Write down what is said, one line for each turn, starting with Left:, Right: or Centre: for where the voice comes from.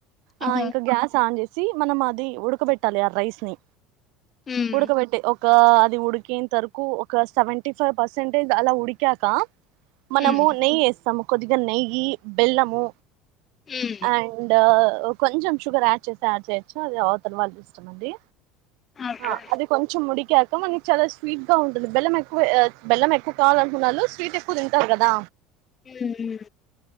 Left: ఓహో
Right: ఆ ఇంకా గ్యాస్ ఆన్ చే సీ మనం అది ఉడకబెట్టాలి ఆ రైస్ ని
Left: ఉమ్
Right: ఉడకబెట్టి ఒకా అది ఉడికేంతరకు ఒక సెవెంటీ ఫైవ్ పర్సెంటేజ్ అలా ఉడిక కా మనము
Left: ఉమ్
Right: నెయ్యి ఏస్తము కొద్దిగా నెయ్యి, బెల్లము
Left: ఉమ్
Right: అండ్ కొంచెం షుగర్ యాడ్ చేస్తే యాడ్ చేయొచ్చు అది అవతల వాళ్ళ ఇష్టం అండి
Left: ఓకే
Right: ఆ అది కొంచెం ఉడికాక మన్ చాలా స్వీట్ గా ఉంటుంది. బెలం ఎక్కువ బెల్లం ఎక్కువ కావాలనుకున్నాళ్ళు స్వీట్ ఎక్కువ తింటారు కదా
Left: హ్మ్-మ్మ్